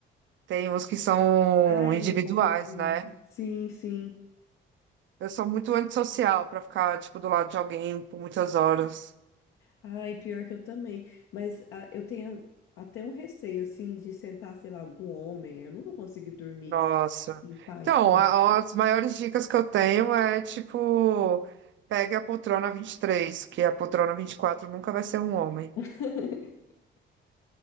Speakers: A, on the right; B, on the left.
A: tem uns que são
B: Ah,
A: individuais,
B: é, compartilhado.
A: né?
B: Sim, sim.
A: Eu sou muito antissocial para ficar, tipo, do lado de alguém por muitas horas.
B: Ai, pior que eu também. Mas ah, eu tenho até um receio, assim, de sentar, sei lá, algum homem. Eu não vou conseguir dormir
A: Nossa.
B: assim, em paz,
A: Então,
B: sabe?
A: a- as maiores dicas que eu tenho é tipo, pegue a poltrona 23, que a poltrona 24 nunca vai ser um homem.
B: <laughs>